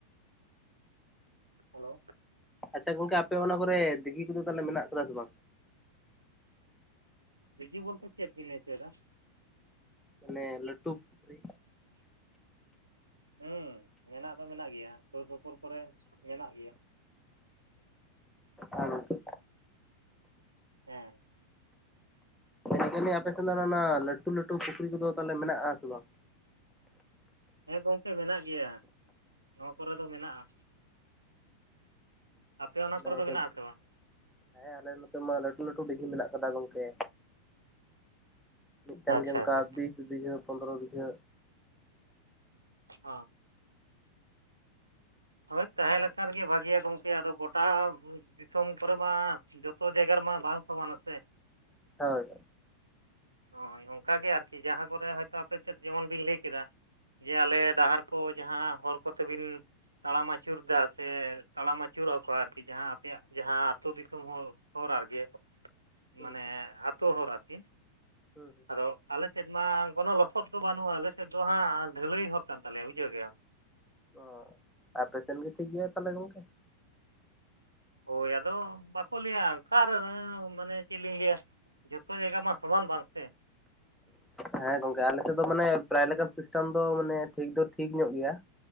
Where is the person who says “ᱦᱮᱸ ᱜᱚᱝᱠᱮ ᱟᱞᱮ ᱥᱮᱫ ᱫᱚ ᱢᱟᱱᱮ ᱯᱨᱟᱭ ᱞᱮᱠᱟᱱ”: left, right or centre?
Centre